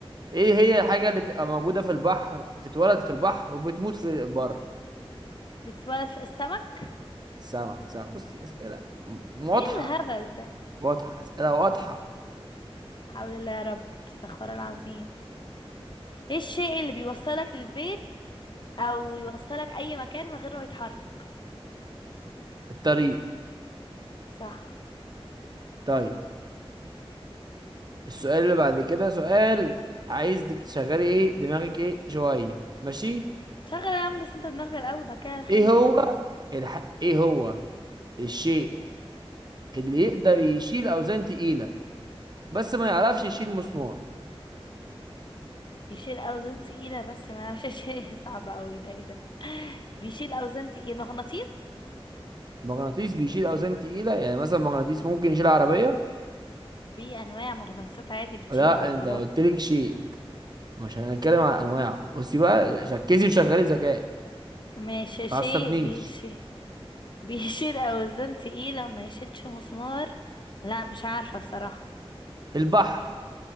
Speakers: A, on the right; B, on the left.
A: ايه هي الحاجه اللي تبقى موجوده في البحر بتتولد في البحر وبتموت في البر
B: بتتولد في السمك
A: السمك سمك بصي اسئله م- واضحه
B: ايه الهبل ده
A: واضحه اسئله واضحه
B: حول الله يا رب استغفر الله العظيم ايه الشيء اللي بيوصلك للبيت او يوصلك اي مكان من غير ما يتحرك
A: الطريق
B: صح
A: طيب السؤال اللي بعد كده سؤال عايزك تشغلي ايه دماغك ايه شويه ماشي
B: شغل يا عم بس انت دماغك الاول بقى كده خلينا
A: ايه
B: نشغل
A: هو الح... ايه هو الشيء اللي يقدر يشيل اوزان تقيله بس ما يعرفش يشيل مسمار
B: يشيل اوزان تقيله بس ما يعرفش يشيل <laughs> صعب قوي ده ايه ده بيشيل اوزان تقيله مغناطيس
A: مغناطيس بيشيل اوزان تقيله يعني مثلا مغناطيس ممكن يشيل عربيه
B: في انواع مغناطيسات عادي بتشيل
A: لا
B: عربيات
A: انت قلت لك شيء مش هنتكلم عن انواعه بصي بقى ركزي وشغلي ذكاء
B: ماشي
A: ما تعصبنيش
B: شيء بيشي بيشيل اوزان تقيله وما يشيلش مسمار لا مش عارفه بصراحه
A: البحر